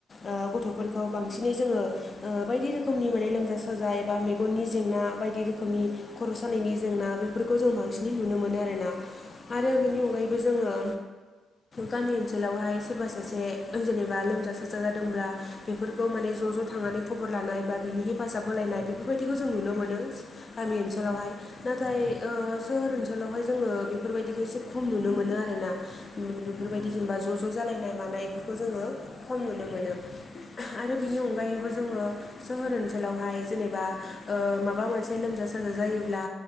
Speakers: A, on the left; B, on the left.
A: ओ गथ'फोरखौ बांसिनै जोङो ओ बायदि रोखोमनि माने लोमजा साजाय बा मेगननि जेंना बायदि रोखोम रोखोमनि खर' सानायनि जेंना बेफोरखौ जों बांसिनै नुनो मोनो आरोना
B: नंगौ
A: आरो बेनि अनगायै बो जोङो गामि ओनसोलावहाय सोरबा सासे जेनेबा लोमजा साजा जादोंब्ला बेफोरखौ माने ज' ज' थांनानै खबर लानाय बा बिनि हेफाजाब होलायनाय बेफोरबायदिखौ जों नुनो मोनो गामि ओनसोलावहाय। नाथाय ओ सोहोर ओनसोलावहाय जोङो बेफोरबायदिखौ एसे खम नुनो मोनो आरोना। बेफोरबायदि
B: नंगौ नोंथां
A: जेनेबा ज' ज' जालायनाय मानायफोरखौ जोङो खम नुनो मोनो। आरो बिनि अनगायैबो जोङो सोहोर ओनसोलावहाय जेनेबा ओ माबा मोनसे लोमजा साजा जायोब्ला